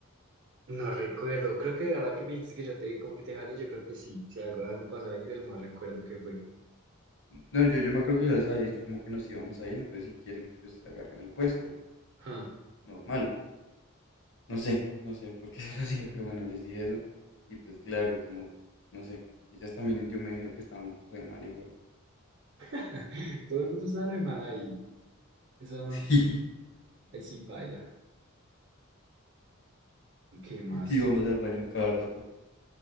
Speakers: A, on the right; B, on the left.
A: No recuerdo, creo que ahora que me dijiste que yo te como que te jalé, yo creo que sí, si algo, algo pasó ahí, pero no recuerdo qué fue.
B: No, yo, yo me acuerdo que yo les había dicho como que nos íbamos a ir, entonces si quieren que pues agarren el puesto,
A: Ja.
B: normal. No sé, no sé por qué <laughs> se los dije, pero bueno, les dije eso. Y pues claro, como, no sé, ellas también yo me dijo que estaban re mal igual.
A: <laughs> Todo el mundo estaba re mal ahí. Eso no,
B: <laughs>
A: ahí sí baila. ¿Qué más?
B: Sí, que íbamos al baño a cada rato.